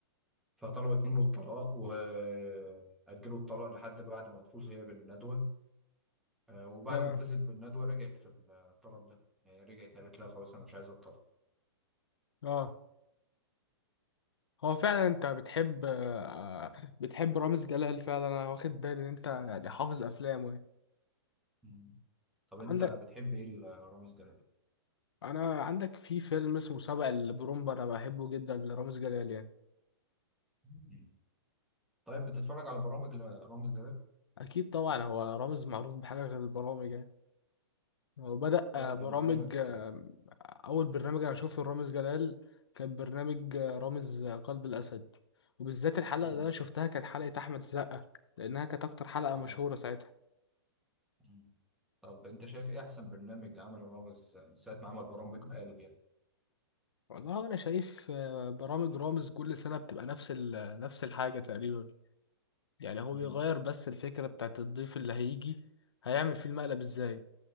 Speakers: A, in the centre; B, on the left.
A: فطلبت منه الطلاق وأجلوا الطلاق لحد بعد ما تفوز هي بالندوة آه، وبعد
B: تمام
A: ما فزت بالندوة رجعت في الطلب ده يعني رجعت قالت لا خلاص أنا مش عايزة الطلاق
B: اه هو فعلا انت بتحب آه، بتحب رامز جلال فعلا انا واخد بالي ان انت يعني حافظ افلامه يعني.
A: مم. طب أنت
B: عندك
A: بتحب إيه لرامز جلال؟
B: انا عندك في فيلم اسمه سبق البرومبا انا بحبه جدا لرامز جلال يعني
A: مم. طيب بتتفرج على برامج لرامز جلال؟
B: اكيد طبعا هو رامز معروف بحاجه غير البرامج يعني هو بدأ
A: طيب
B: آه، برامج
A: بالنسبة لك
B: آه، اول برنامج انا شفته لرامز جلال كان برنامج آه، رامز آه، قلب الاسد وبالذات الحلقه
A: مم.
B: اللي انا شفتها كانت حلقه احمد السقا لانها كانت اكتر حلقه
A: اه
B: مشهوره ساعتها
A: مم. طب أنت شايف إيه أحسن برنامج عمله رامز من ساعة ما عمل برامج مقالب يعني؟
B: والله انا شايف آه، برامج رامز كل سنه بتبقى نفس ال- نفس الحاجه تقريبا يعني هو
A: مم.
B: بيغير بس الفكره بتاعت الضيف اللي هيجي هيعمل فيه المقلب ازاي